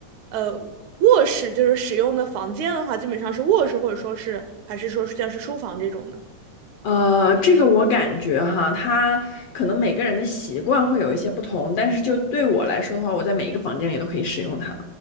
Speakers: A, on the right; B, on the left.
A: 呃卧室，就是使用的房间的话，基本上是卧室，或者说是还是说是像是书房这种呢？
B: 呃，这个我感觉哈，它可能每个人的习惯会有一些不同，但是就对我来说的话，我在每一个房间里都可以使用它。